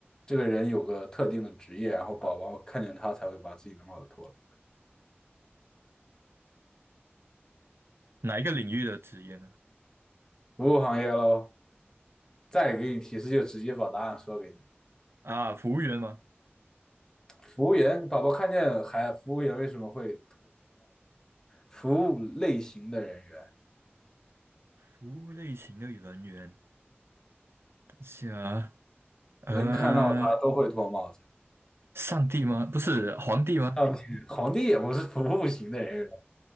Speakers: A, on the left; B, on the right.
A: 这个人有个特定的职业，然后宝宝看见他才会把自己的帽子脱了。
B: 哪一个领域的职业呢？
A: 服务行业喽，再给你提示就直接把答案说给你了。
B: 啊，服务员吗？
A: 服务员，宝宝看见还服务员为什么会服务类型的人员，
B: 服务类型的人员。等一下啊，嗯呃，
A: 人看到他都会脱帽子。
B: 上帝吗？不是皇帝吗？
A: 上帝，皇帝也不是服务型的人员，